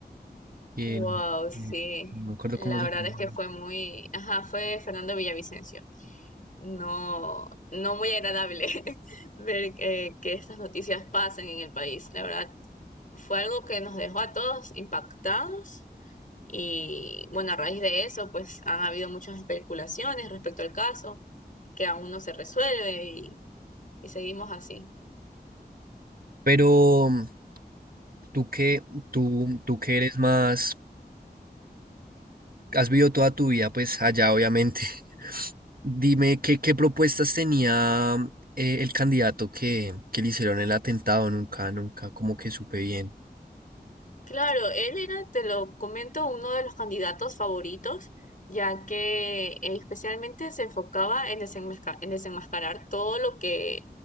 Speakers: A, on the right; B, on the left.
A: que
B: Wow,
A: no
B: sí.
A: no me acuerdo
B: La
A: cómo se
B: verdad
A: llama.
B: es que fue muy, ajá, fue Fernando Villavicencio. No, no muy agradable <laughs> ver que, que estas noticias pasen en el país. La verdad, fue algo que nos dejó a todos impactados y bueno, a raíz de eso, pues han habido muchas especulaciones respecto al caso que aún no se resuelve y y seguimos así.
A: Pero mm, tú que, tú, tú que eres más, has vivido toda tu vida, pues allá obviamente. Dime qué, qué propuestas tenía eh, el candidato que, que le hicieron el atentado. Nunca, nunca, como que supe bien.
B: Claro, él era, te lo comento, uno de los candidatos favoritos, ya que eh, especialmente se enfocaba en desenmasca- en desenmascarar todo lo que